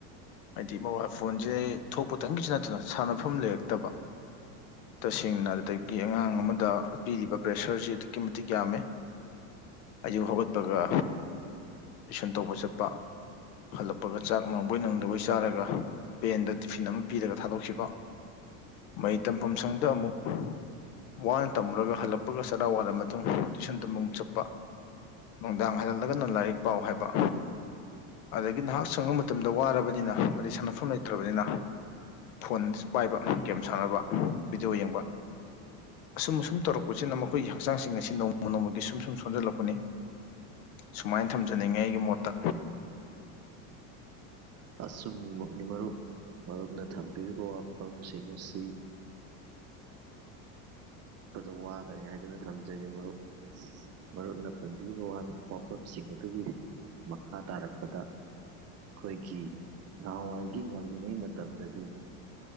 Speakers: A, on the left (about 75°); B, on the right (about 35°).
A: ꯍꯥꯏꯗꯤ ꯃꯣꯕꯥꯏꯜ ꯐꯣꯟꯁꯦ ꯊꯣꯛꯄꯇꯪꯒꯤꯁꯨ ꯅꯠꯇꯅ ꯁꯥꯟꯅꯐꯝ ꯂꯩꯔꯛꯇꯕ ꯇꯁꯦꯡꯅ ꯑꯗꯨꯗꯒꯤ ꯑꯉꯥꯡ ꯑꯃꯗ ꯄꯤꯔꯤꯕ ꯄ꯭ꯔꯦꯁꯔꯁꯤ ꯑꯗꯨꯛꯀꯤ ꯃꯇꯤꯛ ꯌꯥꯝꯃꯦ ꯑꯩꯌꯛ ꯍꯧꯒꯠꯄꯒ ꯇꯨꯏꯁꯟ ꯇꯧꯕ ꯆꯠꯄ ꯍꯜꯂꯛꯄꯒ ꯆꯥꯛ ꯅꯪꯕꯣꯏ ꯅꯪꯗꯕꯣꯏ ꯆꯥꯔꯒ ꯕꯦꯟꯗ ꯇꯤꯐꯤꯟ ꯑꯃ ꯄꯤꯔꯒ ꯊꯥꯗꯣꯛꯈꯤꯕ꯫ ꯃꯍꯩ ꯇꯝꯐꯝ ꯁꯪꯗ ꯑꯃꯨꯛ ꯋꯥꯅ ꯇꯝꯃꯨꯔꯒ ꯍꯜꯂꯛꯄꯒ ꯆꯔꯥ ꯋꯥꯠꯂ ꯃꯇꯨꯡ ꯇꯨꯏꯁꯟ ꯇ ꯑꯃꯨꯛ ꯆꯠꯄ ꯅꯨꯡꯗꯥꯡ ꯍꯥꯏꯂꯠꯂꯒꯅ ꯂꯥꯏꯔꯤꯛ ꯄꯥꯎ ꯍꯥꯏꯕ꯫ ꯑꯗꯒꯤ ꯅꯍꯥꯛ ꯁꯪꯕ ꯃꯇꯝꯗ ꯋꯥꯔꯕꯅꯤꯅ ꯑꯃꯗꯤ ꯁꯥꯟꯅꯐꯝ ꯂꯩꯇ꯭ꯔꯕꯅꯤꯅ꯫ ꯐꯣꯟ ꯄꯥꯏꯕ ꯒꯦꯝ ꯁꯥꯟꯅꯕ ꯚꯤꯗꯤꯑꯣ ꯌꯦꯡꯕ꯫ ꯑꯁꯨꯝ ꯑꯁꯨꯝ ꯇꯧꯔꯛꯄꯁꯤꯅ ꯃꯈꯣꯏꯒꯤ ꯍꯛꯆꯥꯡꯁꯤꯡ ꯑꯁꯤ ꯅꯣꯡꯃ ꯅꯣꯡꯃꯒꯤ ꯁꯨꯝ ꯁꯨꯝ ꯁꯣꯟꯖꯜꯂꯛꯄꯅꯤ꯫ ꯁꯨꯃꯥꯏꯅ ꯊꯝꯖꯅꯤꯡꯉꯤ ꯑꯩꯒꯤ ꯃꯣꯠꯇ꯫
B: ꯑꯆꯨꯝꯃꯛ ꯃꯔꯨꯞ ꯃꯔꯨꯞꯅ ꯊꯝꯕꯤꯔꯤꯕ ꯋꯥꯐꯝꯁꯤꯡ ꯑꯁꯤ꯫ ꯑꯗꯣ ꯋꯥꯒꯅꯤ ꯍꯥꯏꯗꯨꯅ ꯊꯝꯖꯒꯦ ꯃꯔꯨꯞ ꯃꯔꯨꯞꯅ ꯄꯟꯕꯔꯤꯕ ꯋꯥꯐꯝꯁꯤꯡ ꯑꯗꯨꯒꯤ ꯃꯈꯥ ꯇꯥꯔꯛꯄꯗ ꯑꯩꯈꯣꯏꯒꯤ ꯅꯍꯥꯟꯋꯥꯏꯒꯤ ꯉꯜꯂꯤꯉꯩ ꯃꯇꯝꯗꯗꯤ